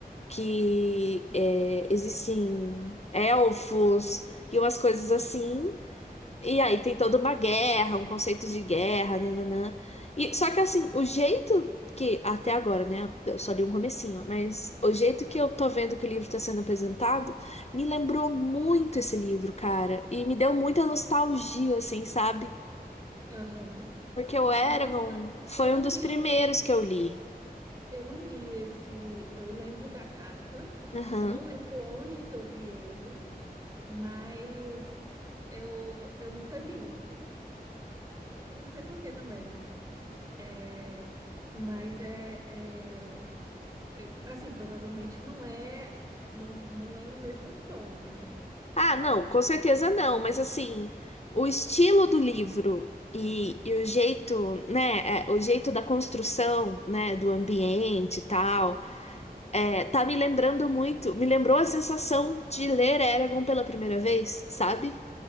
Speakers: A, on the left; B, on the right.
A: que é, existem elfos e umas coisas
B: uhum,
A: assim. E aí tem toda uma guerra, um conceito de guerra, nananã. E, só que assim, o jeito que, até agora, né? Eu só li um comecinho, mas o jeito que eu tô vendo que o livro tá sendo apresentado me lembrou muito esse livro, cara. E me deu muita nostalgia, assim, sabe?
B: aham.
A: Porque o Eragon
B: Nossa,
A: foi
B: eu não
A: um dos
B: li,
A: primeiros que eu li.
B: eu não li esse, eu lembro da capa,
A: Aham.
B: eu não lembro onde que eu vi ele, mas eu, eu nunca li. Não sei por que também. É, mas é, é- é- assim, provavelmente não é, não, não é no mesmo tom, né?
A: Ah, não,
B: Porque
A: com certeza
B: eu acho que
A: não,
B: carta.
A: mas assim, o estilo do livro e, e o jeito, né, é, o jeito da construção, né, do ambiente e tal, é, tá me lembrando muito, me lembrou a sensação de ler Eragon pela primeira vez, sabe?